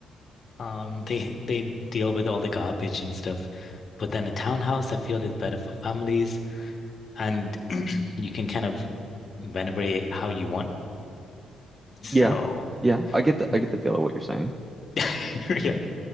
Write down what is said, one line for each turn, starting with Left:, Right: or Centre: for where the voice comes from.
Left: Um, they they deal with all the garbage and stuff. But then a townhouse, I feel, is better for families and <clears throat> you can kind of renovate it how you want. So,
Right: Yeah. Yeah, I get the
Left: mm,
Right: I get the feel of what you're saying.
Left: <laughs> yeah,